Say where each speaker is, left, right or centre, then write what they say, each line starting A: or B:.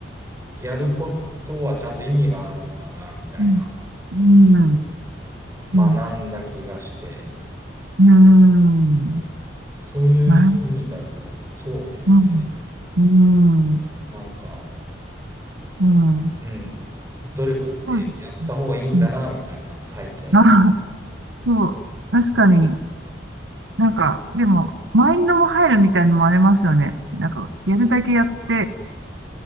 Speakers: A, on the right; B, on the right.
A: やることはちゃんと意味があるんだな、みたいなことを
B: うん。うん。
A: 学んだ気がして、
B: うん。うん。
A: そういう意味だと、
B: なる
A: そうですね。
B: うん。うん。
A: なんか、
B: うん。
A: うん、努力ってやった方がいいんだな、
B: そうですね。うん。
A: みたいな体験。
B: あ、そう。確かに、なんか、でも、マインドも入るみたいのもありますよね。なんか、やるだけやって、